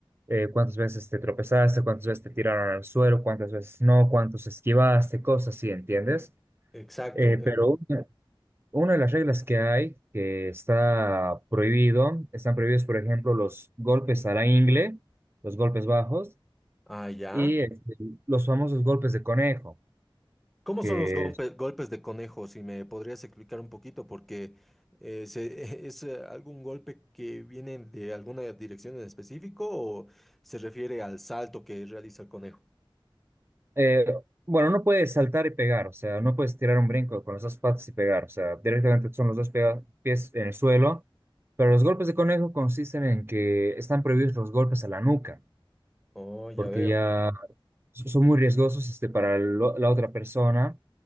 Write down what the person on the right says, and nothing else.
eh, cuántas veces te tropezaste, cuántas veces te tiraron al suelo, cuántas veces no, cuántos esquivaste, cosas así, ¿entiendes?
Eh,
pero una, una de las reglas que hay, que está prohibido, están prohibidos, por ejemplo, los golpes a la ingle, los golpes bajos
y este, los famosos golpes de conejo.
que
Eh, bueno, no puedes saltar y pegar, o sea, no puedes tirar un brinco con las dos patas y pegar, o sea, directamente son los dos pega- pies en el suelo, pero los golpes de conejo consisten en que están prohibidos los golpes a la nuca,
porque
ya so- son muy riesgosos este, para lo- la otra persona.